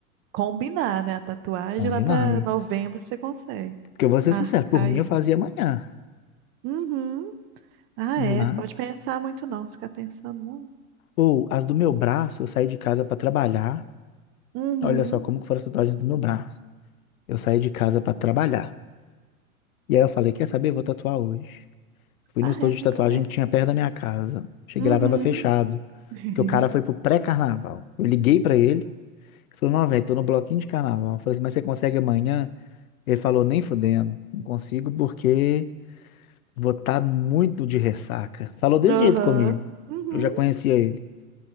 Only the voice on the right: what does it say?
combinar, né? A tatuagem
lá pra
novembro você consegue.
Marcar
aí.
Uhum. Ah, é.
Pode pensar muito não. Se ficar pensando muito.
Uhum.
Ah,
é. Tem
que ser.
Uhum.
<laughs>
Aham.
Uhum.